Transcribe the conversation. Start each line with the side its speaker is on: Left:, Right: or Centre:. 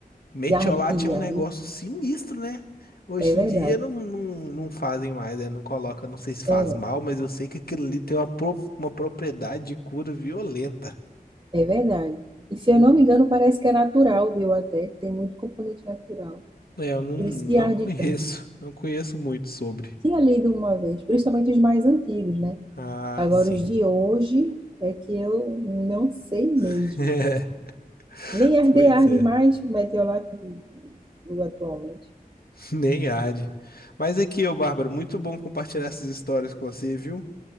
Left: Metiolate
Right: e ardia,
Left: é um negócio
Right: viu?
Left: sinistro, né? Hoje
Right: É verdade.
Left: em dia não, não, não fazem mais, né? Não coloca, não sei se faz
Right: É,
Left: mal, mas eu sei que aquilo ali tem uma, pro- uma propriedade de cura violenta.
Right: é verdade. E se
Left: O-
Right: eu não me engano, parece que é natural, viu? Até tem muito componente natural.
Left: É, eu não, não
Right: Por isso que arde
Left: conheço,
Right: tanto.
Left: <laughs> não conheço muito sobre.
Right: Tinha lido uma vez, principalmente os mais antigos, né?
Left: Ah,
Right: Agora,
Left: sim.
Right: os de hoje é que eu não sei mesmo.
Left: <laughs>
Right: Nem arde
Left: Pois
Right: arde
Left: é,
Right: mais o meteorológico do- do atualmente.
Left: nem arde. Mas aqui, ô Bárbara, muito bom compartilhar essas histórias com você, viu?